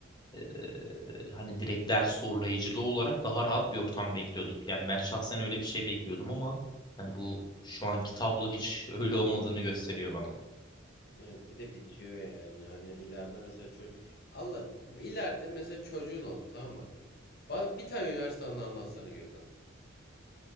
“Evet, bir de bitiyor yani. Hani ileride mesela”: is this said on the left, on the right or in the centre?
Left